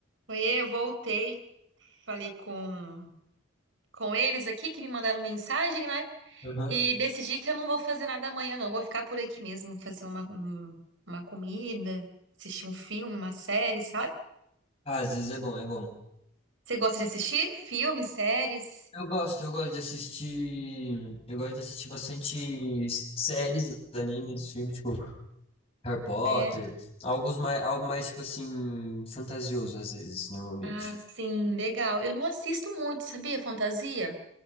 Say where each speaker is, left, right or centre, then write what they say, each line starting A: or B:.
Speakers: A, on the right; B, on the left.
A: Oiê, eu voltei, falei com, com eles aqui que me mandaram mensagem, né?
B: Aham.
A: E decidi que eu não vou fazer nada amanhã, não. Vou ficar por aqui mesmo, fazer uma, um- uma comida, assistir um filme, uma série, sabe?
B: Ah, às vezes é bom, é bom.
A: Você gosta de assistir filmes, séries?
B: Eu gosto, eu gosto de assistir. Eu gosto de assistir bastante séries, animes, filmes, tipo Harry Potter,
A: É,
B: alguns mais, algo mais, tipo assim, fantasioso, às vezes, normalmente.
A: Ah, sim, legal. Eu não assisto muito, sabia? Fantasia,